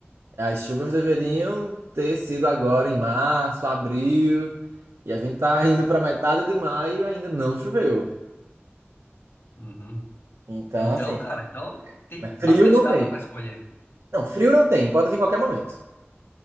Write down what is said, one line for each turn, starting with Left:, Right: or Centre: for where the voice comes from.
Right: As chuvas deveriam ter sido agora em março, abril, e a gente tá indo pra metade de maio e ainda não choveu.
Left: Uhum.
Right: Então,
Left: Então,
Right: assim.
Left: cara, então tem
Right: Mas
Left: bastante
Right: frio não
Left: data
Right: tem.
Left: para escolher.
Right: Não, frio não tem, pode vir em qualquer momento.